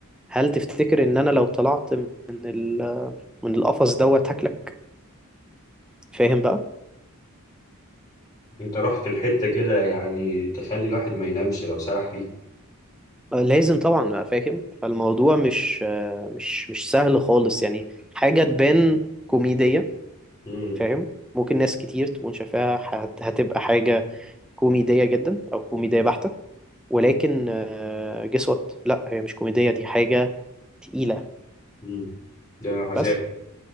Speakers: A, in the centre; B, on the left.
A: هل تفتكر ان انا لو طلعت من ال... من القفص دوت هاكلك فاهم بقى
B: أنت رحت الحتة كده يعني تخلي الواحد ما ينامش لو سرح فيها
A: آه، لازم طبعا بقى فاهم فالموضوع مش آه، مش مش سهل خالص يعني حاجة تبان كوميدية
B: مم.
A: فاهم ممكن ناس كتير تكون شايفاها هت- هتبقى حاجة كوميدية جدا أو كوميدية بحتة ولكن آه، guess what لا هي مش كوميدية دي حاجة تقيلة
B: مم. ده عذاب
A: بس